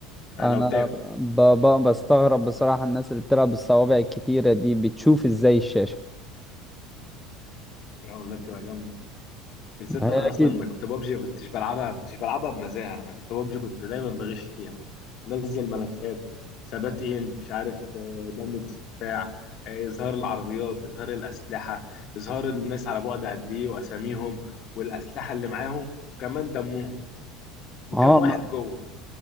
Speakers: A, on the left; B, in the centre.
A: آه،
B: انا
A: لو تاب
B: ب... ب... بستغرب بصراحة الناس اللي بتلعب بالصوابع الكتيرة دي بتشوف ازاي الشاشة
A: لو لاب تبقى جامده بالذات
B: ما هي
A: انا اصلا
B: اكيد
A: كنت ببجي ما كنتش بلعبها كنتش بلعبها بنزاهه انا كنت ببجي كنت دايما بغش فيها انزل ملفات ثبات ايم مش عارف دمج بتاع آه، اظهار العربيات اظهار الاسلحه اظهار الناس على بعد قد ايه واساميهم والاسلحه اللي معاهم وكمان دمهم وكم
B: اه
A: واحد
B: ما
A: جوه